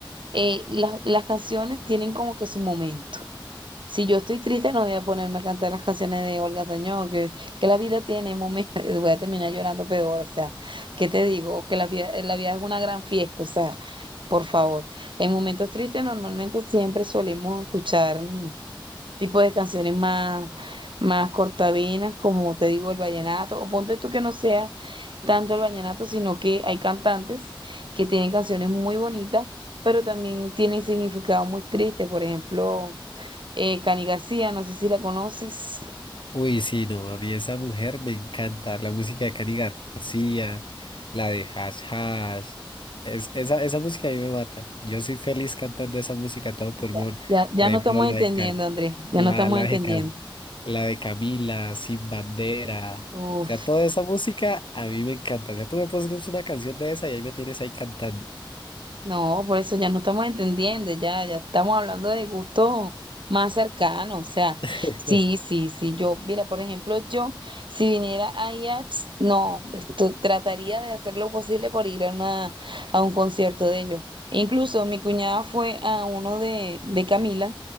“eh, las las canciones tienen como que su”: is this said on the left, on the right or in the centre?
Right